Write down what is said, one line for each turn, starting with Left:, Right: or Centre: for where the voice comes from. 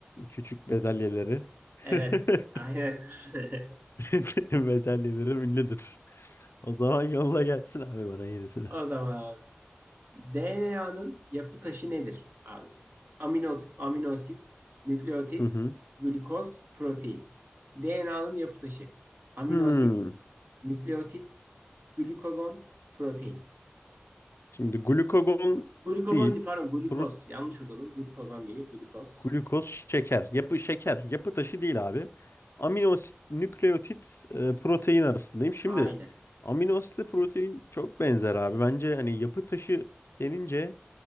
Left: küçük bezelyeleri. <laughs>
Right: Evet. Aynen. <laughs>
Left: Mendelim bezelyeleri ünlüdür. O zaman yolla gelsin abi bana yenisini.
Right: O zaman DNA'nın yapı taşı nedir abi? Amino, aminosit, nükleotit,
Left: Hı hı.
Right: glikoz, protein. DNA'nın yapı taşı. Aminosit,
Left: Hmm.
Right: nükleotit, glikogon, protein.
Left: Şimdi glukagon
Right: Glikogon
Left: değil.
Right: değil pardon glikoz.
Left: Pro-
Right: Yanlış okudum. glikogon değil glikoz.
Left: Glukoz şeker. Yapı şeker. Yapı taşı değil abi. Amino asit, nükleotit, e, protein arasındayım. Şimdi
Right: Aynen.
Left: amino asitle protein çok benzer abi. Bence hani yapı taşı denince